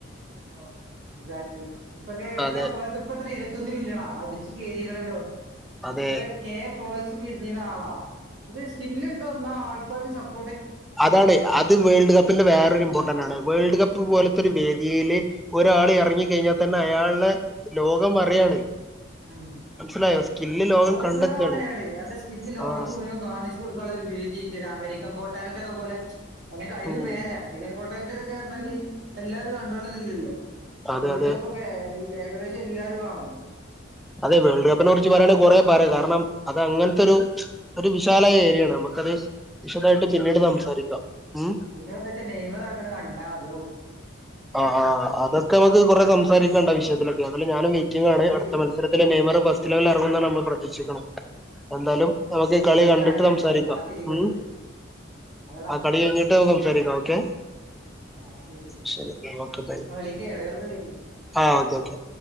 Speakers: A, on the right; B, in the centre.
A: ആഹ് <unintelligible> എത്രയാ
B: അതെ
A: ഫോളേയ്സ് ഇപ്പത്ര ഇരുപത്തൊന്ന് മില്ല്യണോ അടിച്ച് കേറീക്ണല്ലൊ
B: അതെ
A: ഇത്രേ കെ ഫോളഴ്സ്മ്മേ ഇ ഇനി നാളാ അതെ സ്കില്ല്ണ്ടോ ന്നാ ആൾ ഗോളി സപ്
B: അതാണ് അത് വേൾഡ് കപ്പിന്റെ വേറൊരു ഇമ്പോർട്ടന്റാണ്. വേൾഡ് കപ്പ്
A: ഉം
B: പോലത്തൊര് വേദിയില് ഒരാള് എർങ്ങി കയ്ഞ്ഞാ തന്നെ അയാളെ ലോകം അറിയാണ്.
A: മ്മ്
B: മനസ്സിലായോ സ്കില്ല് ലോകം
A: പോപ്പുലറാവാണയാളെ
B: കണ്ടെത്താണ്
A: അയാൾടെ സ്കില്ല് ലോകത്ത്
B: ആഹ്
A: മുഴുവൻ കാണിച്ച് കൊട്ക്കാന്ള്ളൊരു വേദ്യായ്റ്റേ അമേരിക്ക കോട്ടാലന്റെക്കെ പോലെ ച് അയിനോക്കെ അയ്നും
B: ഉം
A: മേലെ മെഡിക്കൻ കോട്ടേല് <unintelligible> എല്ലാരും കണ്ടോളന്നില്ലല്ലോ
B: അതെ
A: വേൾഡ്
B: അതെ
A: കപ്പൊക്കെ എല്ലല് ഏകദേശല്ലാരും കാണും
B: അതെ വേൾഡ് കപ്പിനെ കുറിച്ച് പറയാണേ കൊറെ പറ്യ കാരണം അതങ്ങൻത്തൊരു ഒരു വിശാലായ ഏരിയാണ് നമുക്കത് വിശദായിട്ട്
A: മ്മ്
B: പിന്നീട് സംസാരിക്കാം ഉം
A: പിന്നെപ്പെന്താച്ചാ നെയ്മറ് എറങ്ങ്ണ കണ്ടാ മതി ഔ
B: അ ആഹ് അതൊക്കമക്ക് കൊറെ സംസാരിക്കാണ്ട് ആ വിഷയത്തിലൊക്കെ താലും ഞാനും വെയ്റ്റിങ്ങാണ്
A: എന്നാ ശരി
B: അട്ത്ത മത്സരത്തില് നെയ്മർ ഫസ്റ്റ് ലെവലെറങ്ങുന്നാണ് നമ്മ പ്രതിക്ഷിക്കണം എന്താലും നമക്ക് ഈ കളി
A: അതിനാണ്
B: കണ്ട്ട്ട്
A: ഞമ്മളും
B: സംസാരിക്കാം
A: കാത്തിരിക്കുന്നത്
B: മ്മ്
A: അതെടാ
B: ആ കളി കയ്ഞ്ഞ്ട്ട് സംസാരിക്കാം ഓക്കെ
A: ആഹ് ശരി
B: ശരി ഓക്കെ ബൈ
A: ആ, വിളിക്ക് ഇടക്കിടക്ക് വിളിക്ക്
B: ആഹ് ഓക്കെ ഓക്കെ